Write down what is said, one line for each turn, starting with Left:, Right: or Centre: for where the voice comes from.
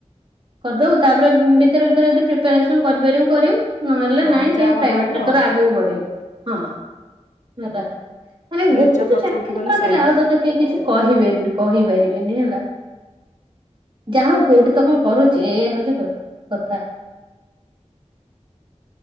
Right: କରିଦବୁ ତାପରେ ଭିତରେ ଭିତରେ ଯଦି ପ୍ରିପାରେସନ କରିପାରିବୁ କରିବୁ। ନହେଲେ
Left: ହଁ
Right: ନାଇଁ
Left: ଯାହା
Right: ସେଇ
Left: ହବ
Right: ପ୍ରାଇଭେଟରେ
Left: ହବ ଆଉ
Right: ତର ଆଗକୁ ବଢେଇବୁ ହଁ। ନ ମାନେ
Left: ନିଜ
Right: ଗୋଟେ
Left: ଖର୍ଚ୍ଚ
Right: ତ ଚାକିରି
Left: ଉଠିଗଲେ
Right: କରଦେଲେ
Left: ସଇଲା।
Right: ଆଉ ତତେ କିଏ କିଛି କହିବେନି କହିପାରିବେନି ହେଲା। ଯା ହଉ କୋଉଠି ତ କ କରୁଛି ଏଇଆ ହଉଛି କ କଥା।